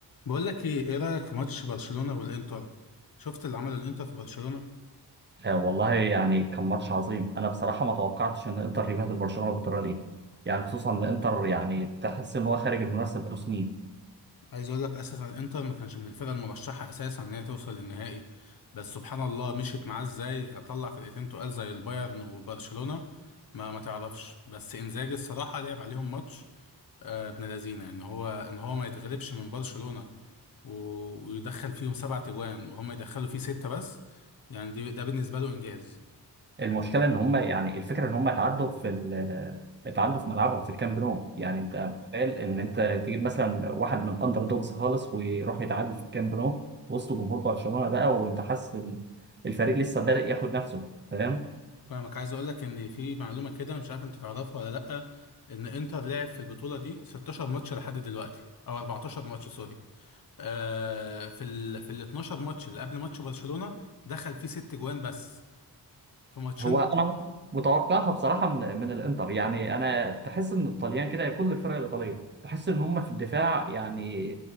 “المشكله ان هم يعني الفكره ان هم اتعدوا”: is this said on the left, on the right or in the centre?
Right